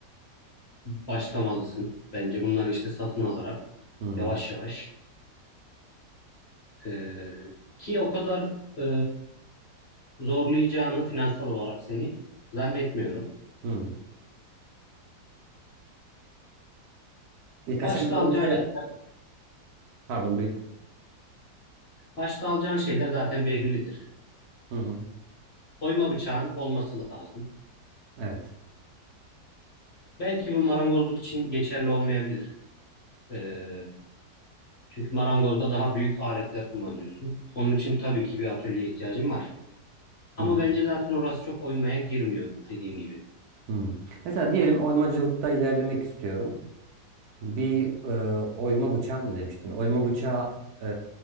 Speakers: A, on the left (about 45°); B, on the right (about 70°).
A: başlamalısın. Bence bunları işte satın alarak
B: hmm,
A: yavaş yavaş ee, ki o kadar e, zorlayacağını finansal olarak seni zannetmiyorum.
B: hmm. İlk
A: Başta
B: aşamada
A: alacağın
B: mesela
A: şeyler,
B: pardon buyur.
A: başta alacağın şeyler zaten bellidir.
B: Hı hı.
A: Oyma bıçağın olması lazım.
B: Evet.
A: Belki bu marangozluk için geçerli olmayabilir. Ee, çünkü marangozda daha büyük aletler kullanıyorsun. Onun için tabii ki bir atölyeye ihtiyacın var. Ama
B: Hı hı.
A: bence zaten orası çok oymaya girmiyor dediğim gibi.
B: hı. Mesela diyelim oymacılıkta ilerlemek istiyorum. Bir e, oyma bıçağı mı demiştin? Oyma bıçağı e,